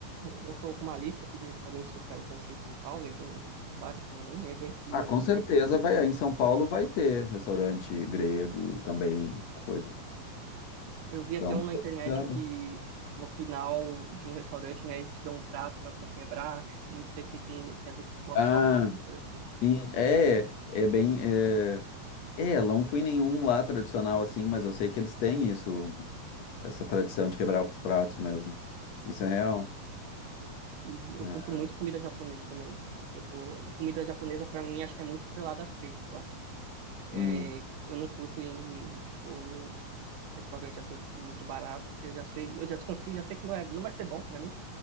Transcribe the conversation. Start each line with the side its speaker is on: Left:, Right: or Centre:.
Right: Eu tô com uma lista aqui de restaurantes que eu quero conhecer em São Paulo e alguns bares também, aí eu vou incluir
Left: Ah, com
Right: um grego.
Left: certeza vai. Aí Em São Paulo vai ter restaurante grego também, coisa.
Right: Eu vi até
Left: Dá uma
Right: um
Left: pesquisada.
Right: na internet que no final de um restaurante, né, eles te dão um prato pra você quebrar, e não sei o que tem, tem a ver com boa
Left: Ah,
Right: sorte, algumas coisas assim.
Left: sim. É, é bem. É, é, não fui em nenhum lá tradicional assim, mas eu sei que eles têm isso. Essa tradição de quebrar os pratos mesmo. Isso é real.
Right: E eu
Left: É.
Right: curto muito comida japonesa também. Tipo, e comida japonesa pra mim acho que é muito atrelada a preço, eu acho. É,
Left: Hum.
Right: eu não curto em, tipo, restaurante assim, tipo, muito barato. Eu já sei, eu já desconfio, já sei que não é, não vai ser bom pra mim.